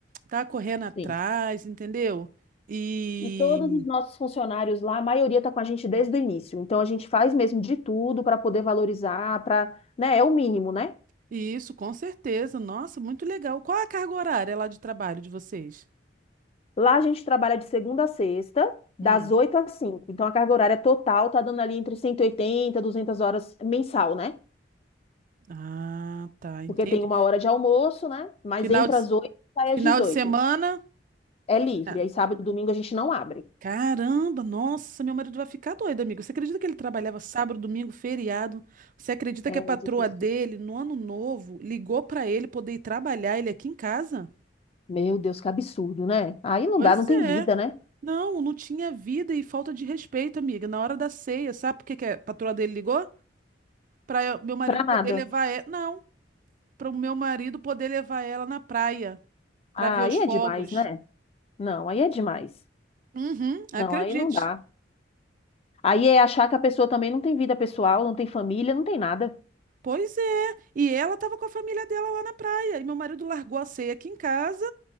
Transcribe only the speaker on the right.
tá correndo atrás,
entendeu? E
Isso, com certeza. Nossa, muito legal. Qual a carga horária lá de trabalho de vocês?
Hum.
Ah, tá, entendi.
Final
de,
final
de semana?
Nada.
Caramba, nossa, meu marido vai ficar doido, amigo. Você acredita que ele trabalhava sábado, domingo, feriado? Você acredita
que a patroa
dele, no ano novo, ligou pra ele poder ir trabalhar ele aqui em casa?
Pois
é.
Não, não tinha vida e falta de respeito, amiga. Na hora da ceia, sabe por que que a patroa dele ligou? Pra eu- meu marido
poder levar ela. Não. para o meu marido poder levar ela na praia para
ver
os
fogos.
Uhum, acredite.
Pois é. E ela estava com a família dela lá na praia. E meu marido largou a ceia aqui em casa